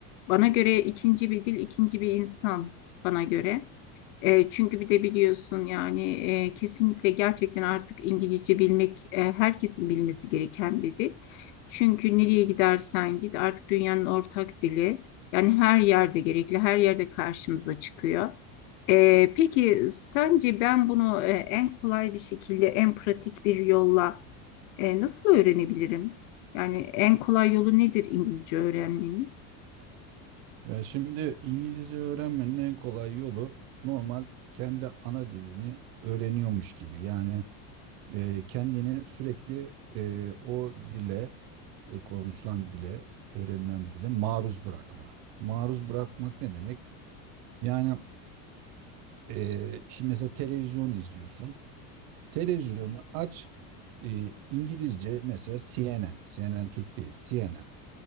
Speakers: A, on the left (about 80°); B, on the right (about 55°).
A: Bana göre ikinci bir dil, ikinci bir insan bana göre. E, çünkü bir de biliyorsun yani e, kesinlikle gerçekten artık İngilizce bilmek e, herkesin bilmesi gereken bir dil. Çünkü nereye gidersen git artık dünyanın ortak dili. Yani her yerde gerekli, her yerde karşımıza çıkıyor. E, peki sence ben bunu e, en kolay bir şekilde, en pratik bir yolla e, nasıl öğrenebilirim? Yani en kolay yolu nedir İngilizce öğrenmenin?
B: Ya şimdi İngilizce öğrenmenin en kolay yolu normal kendi ana dilini öğreniyormuş gibi. Yani e, kendini sürekli e, o dile e, konuşulan dile, öğrenilen dile maruz bırakma. Maruz bırakmak ne demek? Yani e, şimdi mesela televizyon izliyorsun. Televizyonu aç. e, İngilizce mesela CNN. CNN Türk değil. CNN.